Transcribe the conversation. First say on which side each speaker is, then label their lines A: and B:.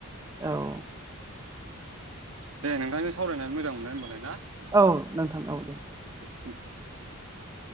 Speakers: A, on the right; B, on the right.
A: औ
B: दे नोंथांजों सावरायनानै मोजां मोनबाय होनमबालाय ना ।
A: औ नोंथां औ दे
B: <unintelligible>